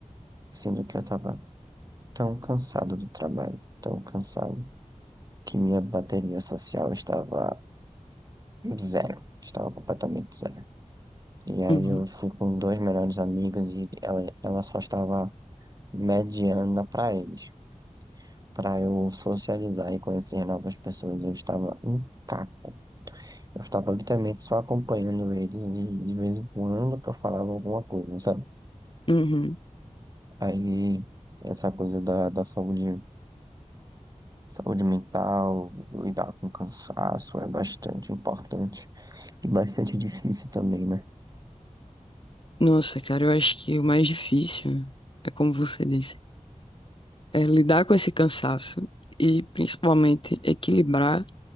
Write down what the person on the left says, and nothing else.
uhum,
uhum.
Nossa, cara, eu acho que o mais difícil é como você disse, é lidar com esse cansaço e principalmente equilibrar